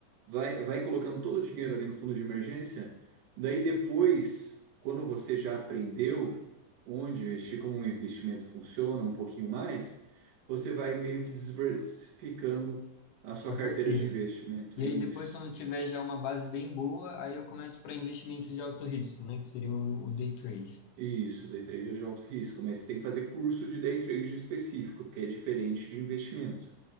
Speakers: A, on the right; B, on the left.
A: vai, vai colocando todo o dinheiro ali no fundo de emergência, daí depois, quando você já aprendeu onde investir, como um investimento funciona, um pouquinho mais, você vai meio que diversificando a sua
B: a
A: carteira
B: carteira.
A: de investimento.
B: E
A: Isso.
B: aí depois, quando eu tiver já uma base bem boa, aí eu começo para investimentos de alto risco, né? Que seria o, o day trade.
A: Isso, day trade é de alto risco, mas você tem que fazer curso de day trade específico, que é diferente de investimento,